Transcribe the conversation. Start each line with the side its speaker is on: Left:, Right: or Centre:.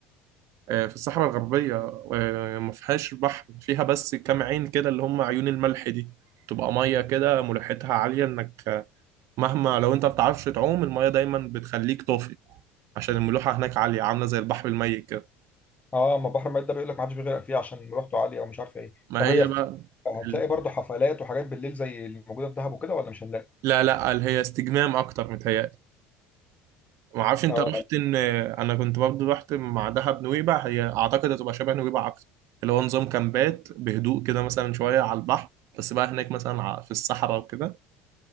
Right: آه، في الصحراء الغربيه آه، ما فيهاش بحر فيها بس كام عين كده اللي هم عيون الملح دي تبقى ميه كده ملوحتها عاليه انك آه، مهما لو انت ما بتعرفش تعوم الميه دايما بتخليك طافي عشان الملوحه هناك عاليه عامله زي البحر الميت كده
Left: اه اما بحر ميت ده بيقول لك ما حدش بيغرق فيه عشان مروحته عاليه او مش عارف ايه
Right: ما
Left: طب
Right: هي
Left: هي في...
Right: بقى
Left: هتلاقي
Right: ال-
Left: برضه حفلات وحاجات بالليل زي اللي موجوده في دهب وكده ولا مش هنلاقي
Right: لا لا ال- هي استجمام اكتر متهيألي ما اعرفش انت
Left: اه
Right: رحت ان انا كنت برضه رحت مع دهب نويبع هي اعتقد هتبقى شبه نويبع اكتر اللي هو نظام كامبات بهدوء كده مثلا شويه على البحر بس بقى هناك مثلا ع- في الصحراء وكده